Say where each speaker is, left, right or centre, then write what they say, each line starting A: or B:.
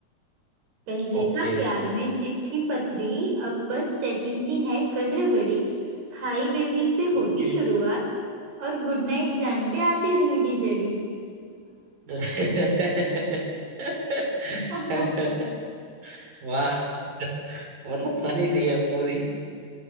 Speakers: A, on the right; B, on the right.
A: पहले
B: ओके
A: था प्यार में चिट्ठी पत्री अब बस चैटिंग की है कद्र बड़ी हाय बेबी से होती
B: ओके
A: शुरुआत और गुड नाइट जान पे आती जिंदगी जड़ी
B: <laughs>
A: <laughs>
B: वाह मतलब फनी थी ये पूरी